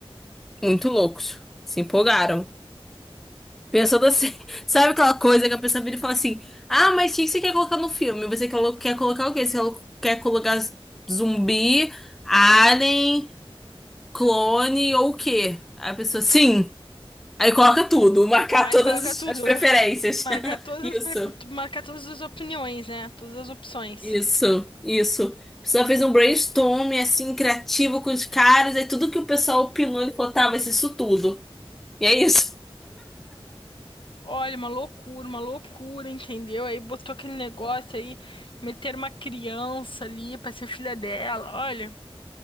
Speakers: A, in the centre; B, on the left.
A: Muito loucos. Se empolgaram. Pensando assim, <laughs> sabe aquela coisa que a pessoa vira e fala assim: Ah, mas o que que você quer colocar no filme? Você quer quer colocar o quê? Você quer colocar zumbi, alien. clone ou o quê? Aí a pessoa, sim. Aí coloca tudo, marcar
B: aí
A: todas
B: coloca tudo.
A: as preferências.
B: <laughs> Marca
A: <laughs>
B: todas
A: Isso,
B: as, pref... marca todas as opiniões, né? Todas as opções.
A: isso, isso. A pessoa fez um brainstorming assim, criativo com os caras, aí tudo que o pessoal opinou, ele falou, tá, vai ser isso tudo. E é isso.
B: Olha, uma loucura, uma loucura, entendeu? Aí botou aquele negócio aí, meter uma criança ali pra ser filha dela. Olha.